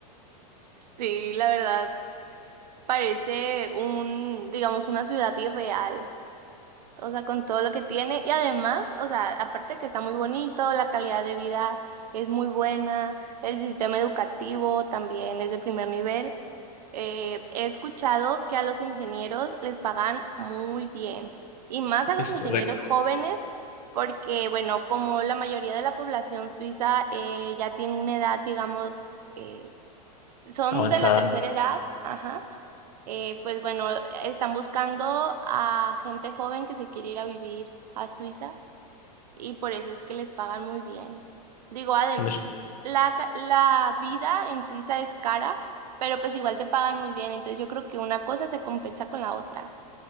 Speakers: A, on the right; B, on the left.
A: Sí, la verdad, parece un, digamos, una ciudad irreal, o sea, con todo lo que tiene y además, o sea, aparte de que está muy bonito, la calidad de vida es muy buena, el sistema educativo también es de primer nivel. Eh, he escuchado que a los ingenieros les pagan muy bien y más a los
B: Es
A: ingenieros
B: correcto,
A: jóvenes porque, bueno, como la mayoría de la población suiza eh, ya tiene una edad, digamos, eh, son
B: avanzada.
A: de la tercera edad, ajá, eh, pues bueno, están buscando a gente joven que se quiere ir a vivir a Suiza y por eso es que les pagan muy bien. Digo, adem
B: Bueno, es,
A: la, ca- la vida en Suiza es cara, pero pues igual te pagan muy bien, entonces yo creo que una cosa se compensa con la otra.